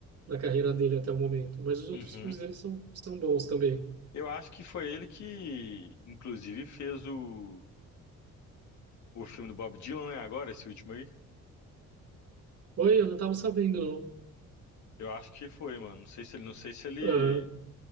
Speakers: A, on the right; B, on the left.
A: da carreira dele até o momento. Mas os outros
B: Uhum.
A: filmes dele são, são bons também.
B: Eu acho que foi ele que, inclusive, fez o, o filme do Bob Dylan, né? Agora, esse último aí.
A: Oi, eu não estava sabendo, não.
B: Eu acho que foi, mano. Não sei se ele, não sei se ele
A: Aham,